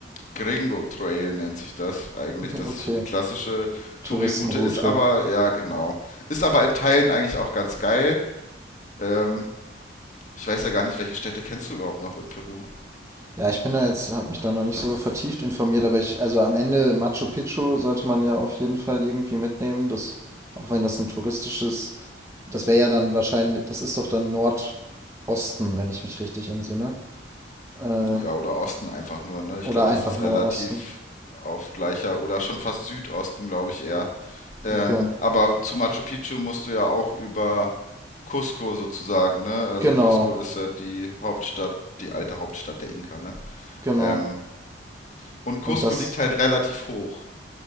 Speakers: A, on the left (about 40°); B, on the right (about 15°).
A: Gringo Trail nennt sich das eigentlich.
B: <laughs>
A: Das
B: Okay,
A: ist so die klassische
B: Touristenroute.
A: Touri-Route, ist aber, ja genau, ist aber in Teilen eigentlich auch ganz geil. Ähm, ich weiß ja gar nicht, welche Städte kennst du überhaupt noch in Peru?
B: Ja, ich bin da jetzt, habe mich da noch nicht so vertieft informiert, aber ich, also am Ende Machu Picchu sollte man ja auf jeden Fall irgendwie mitnehmen. Das, auch wenn das ein touristisches, das wäre ja dann wahrscheinlich, das ist doch dann Nordosten, wenn ich mich richtig entsinne. Äh,
A: ja, oder Osten einfach nur, ne? Ich
B: oder
A: glaube,
B: einfach
A: das ist
B: nur
A: relativ
B: Osten.
A: auf gleicher oder schon fast Südosten, glaube ich eher. Ähm,
B: Okay.
A: aber zu Machu Picchu musst du ja auch über Cusco sozusagen, ne? Also
B: Genau,
A: Cusco ist ja die Hauptstadt, die alte Hauptstadt der Inka, ne?
B: genau.
A: Ähm, und Cusco
B: Und das.
A: liegt halt relativ hoch.